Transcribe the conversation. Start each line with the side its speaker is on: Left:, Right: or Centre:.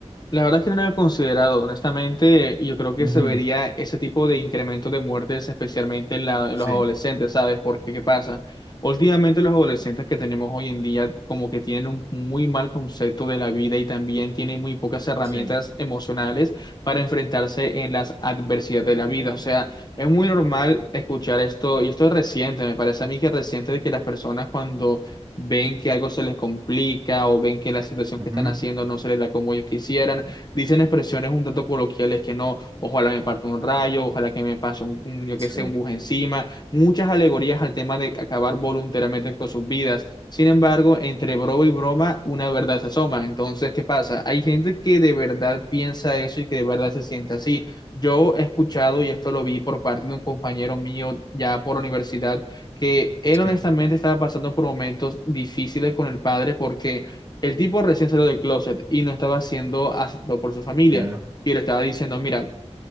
Left: La verdad es que no lo había considerado, honestamente, yo creo que
Right: Ujú,
Left: se vería ese tipo de incremento de muertes, especialmente en, la- en
Right: Sí,
Left: los adolescentes, ¿sabes? Porque, ¿qué pasa? Últimamente los adolescentes que tenemos hoy en día como que tienen un muy mal concepto de la vida y también tienen muy pocas herramientas
Right: sí,
Left: emocionales para enfrentarse en las adversidades de la vida. O sea, es muy normal escuchar esto, y esto es reciente, me parece a mí que es reciente de que las personas cuando ven que algo se les complica o ven que la situación
Right: ujú,
Left: que están haciendo no se les da como ellos quisieran, Dicen expresiones un tanto coloquiales que no, ojalá me parta un rayo, ojalá que me pase un, un, yo
Right: sí,
Left: qué sé, un bus encima, muchas alegorías al tema de acabar voluntariamente con sus vidas. Sin embargo, entre broma y broma, una verdad se asoma. Entonces, ¿qué pasa? Hay gente que de verdad piensa eso y que de verdad se siente así. Yo he escuchado, y esto lo vi por parte de un compañero mío ya por universidad, que él
Right: sí,
Left: honestamente estaba pasando por momentos difíciles con el padre porque el tipo recién salió del closet y no estaba siendo aceptado por su familia.
Right: ya,
Left: Y le estaba diciendo, mira,